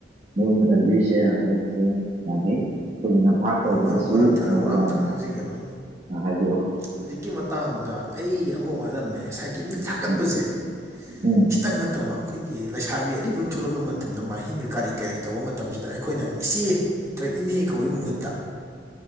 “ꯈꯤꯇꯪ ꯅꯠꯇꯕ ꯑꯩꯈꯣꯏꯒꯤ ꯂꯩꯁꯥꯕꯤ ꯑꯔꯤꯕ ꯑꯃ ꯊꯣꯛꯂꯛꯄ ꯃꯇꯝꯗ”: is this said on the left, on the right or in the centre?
Right